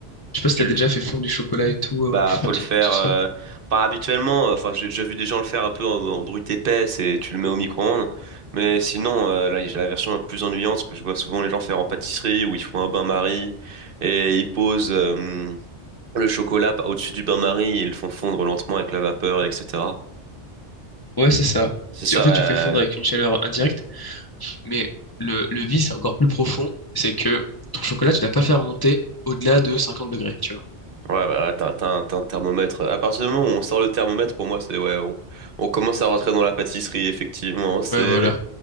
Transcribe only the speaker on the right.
Tu
Bah,
faut le
faire.
euh,
Enfin, habituellement, euh, enfin, j'ai déjà vu des gens le faire un peu en, en brute épaisse et tu le mets au micro-ondes. Mais sinon, euh, là, j'ai la version la plus ennuyante que je vois souvent les gens faire en pâtisserie où ils font un bain-marie et ils posent euh, le chocolat pa- au-dessus du bain-marie et ils le font fondre lentement avec la vapeur, etc.
C'est
ça,
ouais.
Ouais, bah, ouais, t'as, t'as un, t'as un thermomètre. À partir du moment où on sort le thermomètre, pour moi, c'est ouais, on, on commence à rentrer dans la pâtisserie, effectivement. C'est